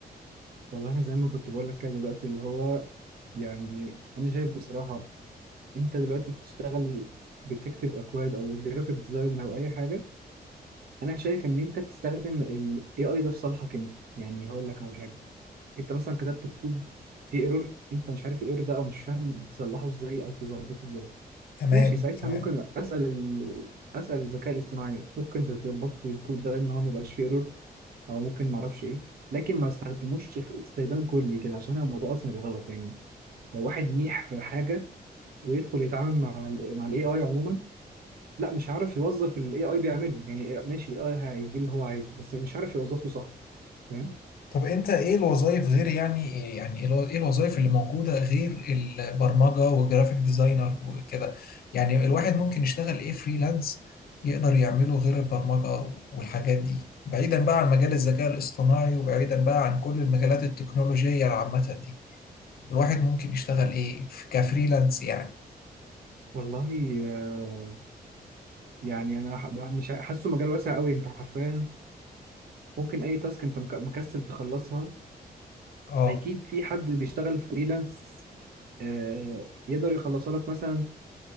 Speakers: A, on the right; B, on the left.
A: والله انا زي ما كنت بقول لك كده دلوقتي اللي هو يعني انا شايف بصراحه انت دلوقتي بتشتغل بتكتب اكواد او جرافيك ديزاين او اي حاجه انا شايف ان انت بتستخدم ال AI ده في صالحك انت يعني هقول لك على حاجه انت مثلا كتبت كود في ايرور انت مش عارف الايرور ده او مش فاهم تصلحه ازاي او تظبطه ازاي
B: تمام
A: ماشي ساعتها
B: تمام
A: ممكن اسال ال... اسال الذكاء الاصطناعي ممكن تظبط لي الكود ده ان هو ما يبقاش فيه ايرور او ممكن ما اعرفش ايه لكن ما استخدموش استخدام كلي كده عشان الموضوع اصلا يبقى غلط يعني لو واحد ميح في حاجه ويدخل يتعامل مع ال مع الاي اي عموما لا مش عارف يوظف الاي اي بيعمله يعني ماشي الاي اي هيدي اللي هو عايزه بس مش عارف يوظفه صح فاهم
B: طب انت ايه الوظائف غير يعني إيه- يعني إيه الو- ايه الوظائف اللي موجودة غير البرمجة وجرافيك ديزاينر وكده يعني الواحد ممكن يشتغل ايه فريلانس يقدر يعمله غير البرمجة والحاجات دي بعيدا بقى عن مجال الذكاء الاصطناعي وبعيدا بقى عن كل المجالات التكنولوجية العامة دي الواحد ممكن يشتغل ايه ف- كفريلانس يعني
A: والله آه، يعني انا ح- مش ح- حاسه مجال واسع قوي انت حرفيا ممكن اي تاسك انت مك- مكسل تخلصها
B: اه
A: اكيد في حد بيشتغل فريلانس آه، يقدر يخلصها لك مثلا